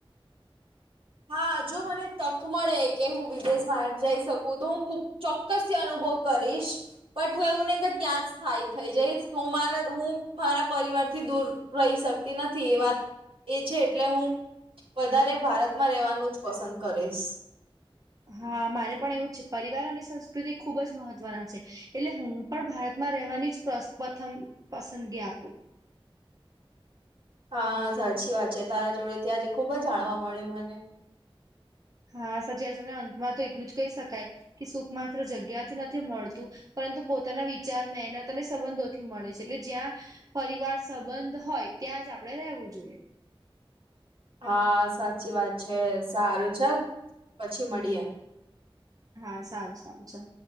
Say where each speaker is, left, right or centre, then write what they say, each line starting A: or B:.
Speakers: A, on the right; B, on the right.
A: હા જો મને તક મળે કે હું વિદેશમાં જઈ શકું તો હું ખુબ ચોક્કસથી અનુભવ કરીશ. બટ હું એવું નહી કે ત્યાં જ સ્થાયી થઈ જઈશ હું મારા હું મારા પરિવાર થી દૂર- રહી શકતી નથી એ વાત એ છે એટલે હું વધારે ભારત- માં રેવાનુંજ પસંદ કરીશ.
B: હા મારે પણ એવું જ છે પરિવાર અને સંસ્કૃતિ ખુબ જ મહત્વના છે એટલે હું પણ ભારતમાં રહેવાનીજ- <unintelligible> પ્રથમ પસંદગી આપું.
A: હા સાચી વાત છે તારા જોડેથી આજે ખુબજ જાણવા મળ્યું મને.
B: હા સાચી વાત છે ને અંતમાં તો એટલું જ કહી શકાય કે સુખ માત્ર જગ્યા થી નથી મળતું- પરંતુ પોતાના વિચાર મહેનત અને સંબંધોથી મળે છે એટલે જ્યાં- પરિવાર સંબંધ હોય ત્યાંજ આપડે રહેવું જોઈએ.
A: હા સાચી વાત છે સારું ચલ પછી મળીએે.
B: હા સારું સારું ચલ.